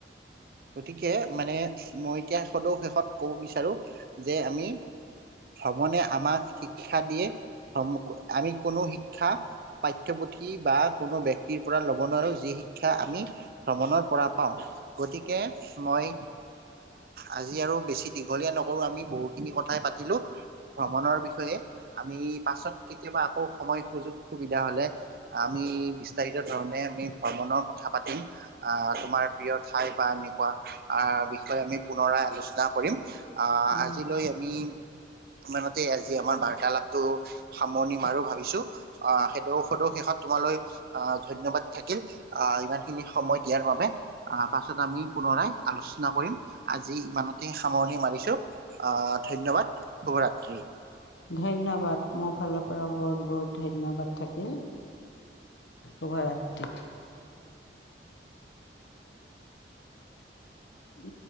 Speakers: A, on the right; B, on the left.
A: গতিকে মানে মই এতিয়া শে সদৌ শেষত কব বিচাৰো যে আমি ভ্ৰমণে আমাক শিক্ষা দিয়ে ভ্ৰম আমি কোনো শিক্ষা পাঠ্যপুথি বা কোনো ব্যক্তিৰ পৰা ল'ব নোৱাৰো যি শিক্ষা আমি ভ্ৰমণৰ পৰা পাওঁ গতিকে মই আজি আৰু বেছি দীঘলীয়া নকৰোঁ আমি বহুখিনি কথাই পাতিলোঁ ভ্ৰমণৰ বিষয়ে আমি পাছত কেতিয়াবা আকৌ সময়, সুযোগ, সুবিধা হলে আমি আমি বিস্তাৰিত ধৰনে আমি ভ্ৰমণৰ কথা পাতিম তোমাৰ প্ৰিয় ঠাই বা এনেকুৱা আহ বিষয়ে আমি পুনৰাই আলোচনা কৰিম আহ
B: উম,
A: আজিলৈ আমি <unintelligible> মানতে আজি আমাৰ বাৰ্তালাপটো সামৰণি মাৰো ভাবিছো আহ সদৌ সদৌ শেষত তোমাৰ ধন্যবাদ থাকিল আহ ইমান খিনি সময় দিয়াৰ বাবে আহ প আমি পুনৰাই আলোচনা কৰিম আজি ইমানতে সামৰণি মাৰিছো আহ ধন্যবাদ শুভ ৰাত্ৰি
B: ধন্যবাদ মোৰ ফালৰ পৰাও বহুত বহুত ধন্যবাদ থাকিল শভাৰত্ৰি উম